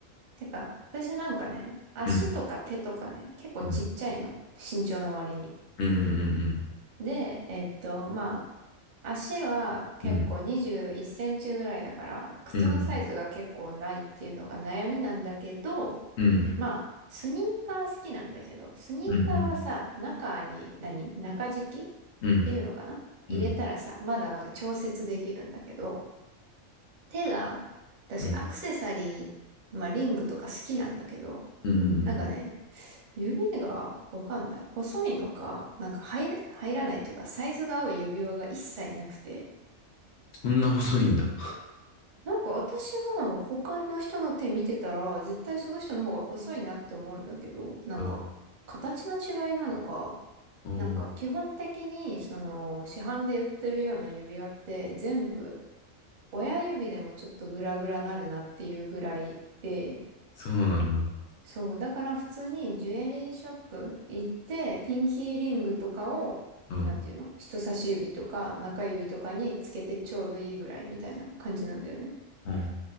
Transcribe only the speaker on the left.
うん。
うん。
うん。
うん。うん。
うん。うん。
うん。
うん。うん。
うん。
うん。
うん。
そんな細いんだ。
うん。
お
そうなんだ。
うん。
うん。うん。う